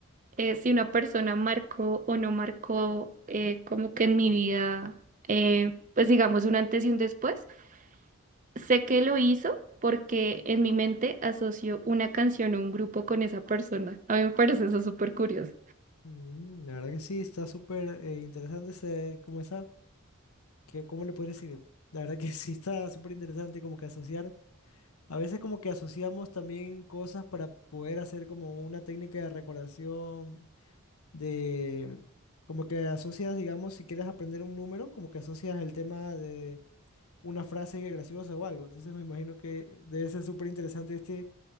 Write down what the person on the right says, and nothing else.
eh, si una persona marcó o no marcó eh, como que en mi vida, eh, pues digamos un antes y un después, sé que lo hizo. porque en mi mente asocio una canción o un grupo con esa persona. A mí me parece eso súper curioso.